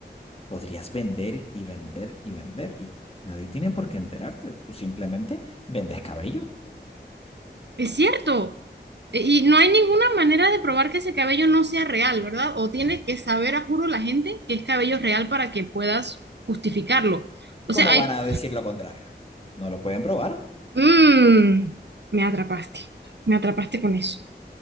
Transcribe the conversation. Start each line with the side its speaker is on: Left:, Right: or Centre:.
Left: podrías vender y vender y vender y nadie tiene por qué enterarte. Tú simplemente vendes cabello.
Right: es cierto. E- Y no hay ninguna manera de probar que ese cabello no sea real, ¿verdad? O tiene que saber, a juro, la gente que es cabello real para que puedas justificarlo. O
Left: ¿Cómo
Right: sea, hay
Left: van a decir lo contrario? No lo pueden probar.
Right: Mmm, me atrapaste. Me atrapaste con eso.